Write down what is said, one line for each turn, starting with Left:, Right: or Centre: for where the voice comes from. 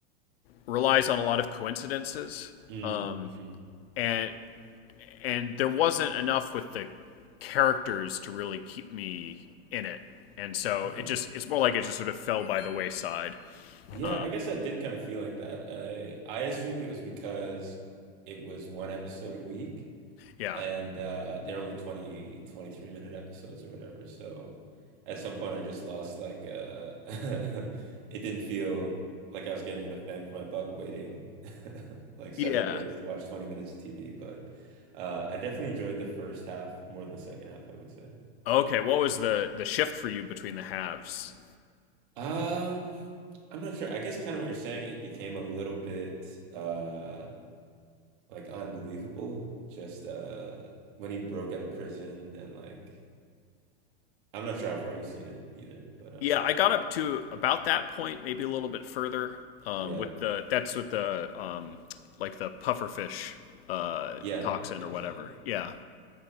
Left: relies on a lot of coincidences,
Right: Mm,
Left: um,
Right: mm.
Left: and and there wasn't enough with the characters to really keep me in it, and so
Right: Okay.
Left: it just it's more like it just sort of fell by the wayside.
Right: Yeah,
Left: Um,
Right: I guess I did kind of feel like that. I I assumed it was because it was one episode a week.
Left: yeah,
Right: and uh they're only twenty, 23 minute episodes or whatever so at some point I just lost like uh <laughs> it didn't feel like I was getting enough bang for my buck waiting <laughs> like seven
Left: yeah.
Right: days to watch 20 minutes of TV but uh I definitely enjoyed the first half more than the second half I would say
Left: Okay, what was the the shift for you between the halves?
Right: um I'm not sure I guess kind of what you're saying it became a little bit uh like unbelievable just uh when he broke out of prison and like I'm not sure how far you've seen it either, but um,
Left: Yeah, I got up to about that point, maybe a little bit further. Um,
Right: yeah,
Left: with the that's with the um, like the pufferfish uh,
Right: yeah,
Left: toxin
Right: yeah, exactly.
Left: or whatever. Yeah.